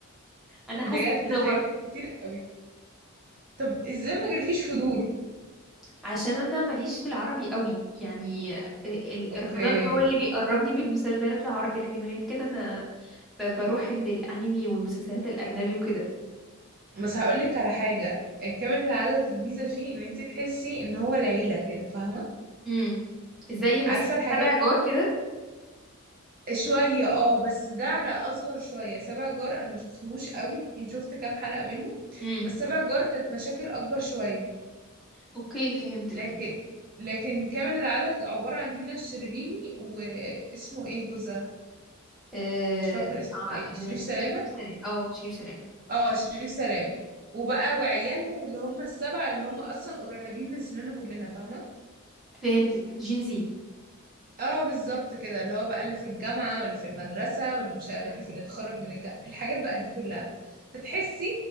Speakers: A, in the centre; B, on the right (about 40°).
A: انا حاسه
B: بجد
A: كده
B: فايتك
A: برضه
B: كتير قوي طب ازاي ما جالكيش فضول
A: عشان انا ماليش في العربي قوي يعني ال-
B: اوكي
A: ال- رمضان هو اللي بيقربني بالمسلسلات العربي لكن غير كده انا ب- بروح ال- الانمي والمسلسلات الاجنبي وكده
B: بس هقولك على حاجة آه، كامل العدد الميزة فيه ان انت تحسي ان هو العيلة كده فاهمة
A: امم زي مثلا
B: عارفة الحاجات
A: تابع جار كده
B: شوية اه بس ده على أصغر شوية سبع جار أنا مشفتهوش قوي يعني شفت كام حلقة منه
A: امم
B: بس سبع جار كانت مشاكل أكبر شوية
A: اوكي فهمتك
B: لكن لكن كامل العدد عبارة عن دينا الشربيني واسمه ايه جوزها
A: اه
B: مش فاكرة اسمه
A: ع-
B: ايه
A: آه،
B: شريف سلامة
A: شريف سلام اه شريف سلام
B: اه شريف سلامة وبقى وعيالهم اللي هم السبعة اللي هم أصلا قريبين من سننا كلنا فاهمة
A: فهمتك جين زي
B: اه بالظبط كده اللي هو بقى اللي في الجامعة واللي في المدرسة واللي مش عارف اللي اتخرج من الج... الحاجات بقى دي كلها فتحسي